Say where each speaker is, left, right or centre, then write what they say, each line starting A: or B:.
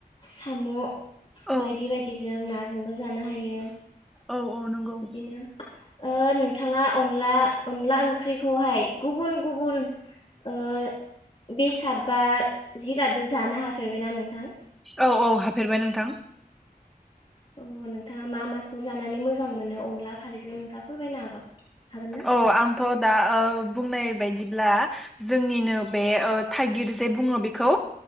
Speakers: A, on the left (about 35°); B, in the centre.
A: साम'
B: औ
A: बायदि बायदिजों नाजोंबो जानो हायो
B: औ औ नंगौ
A: बिदिनो। ओ नोंथाङा अनला अनला ओंख्रिखौहाय गुबुन गुबुन ओ बेसाद बा जिरादजों जानो हाफेरबायना नोंथां?
B: औ औ हाफेरबाय नोंथां।
A: अ नोंथाङा मा माखौ जानानै मोजां मोनो? अनला खारैजों नोंथाङा फोरमायनो हागोन? हागोन ना?
B: औ आंथ' दा ओ बुंनाय बायदिब्ला जोंनिनो बे ओ थाइगिर जे बुङो बेखौ